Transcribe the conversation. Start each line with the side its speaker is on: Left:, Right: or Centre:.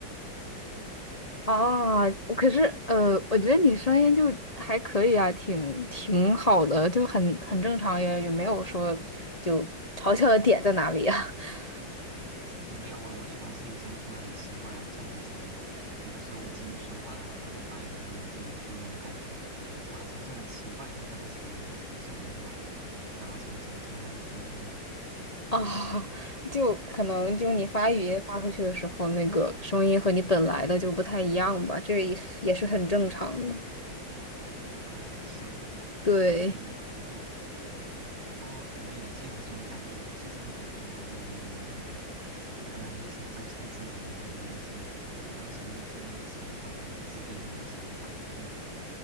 Left: 啊，我可是呃，我觉得你声音就还可以啊，
Right: <laughs> 嗯
Left: 挺挺好的，就很很正常，也也没有说就嘲笑的点在哪里呀？<laughs>
Right: 没有啊，我觉得我自己的声音听得很奇怪啊，就我自己有的时候我自己说话啊或者发语音，我自己听我都感觉，哇，怎么这么奇怪呀、这个声音，这是这是我吗？然后怎么怎么这么难听之类的。
Left: 啊，就可能就是你发语音发出去的时候，
Right: 嗯，
Left: 那个声音和你本来的就不太一样吧，这也也是很正常的。
Right: 哦，是吗？
Left: 对，
Right: 嗯，不过不过可能也借着这种感觉，借这种感觉吧，我也有点那个，可能理解周深自己的那个一些当时的一些那个想法吧，那个自卑的那个想法。嗯